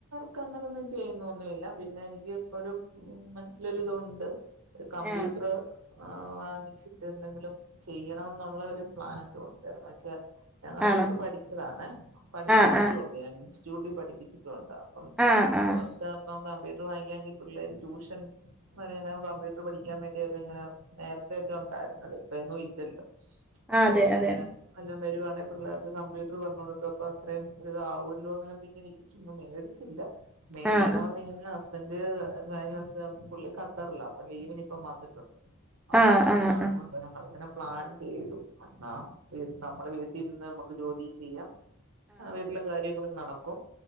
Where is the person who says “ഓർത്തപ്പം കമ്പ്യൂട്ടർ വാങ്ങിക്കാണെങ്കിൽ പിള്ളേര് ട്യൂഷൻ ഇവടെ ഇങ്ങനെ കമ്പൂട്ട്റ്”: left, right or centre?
Right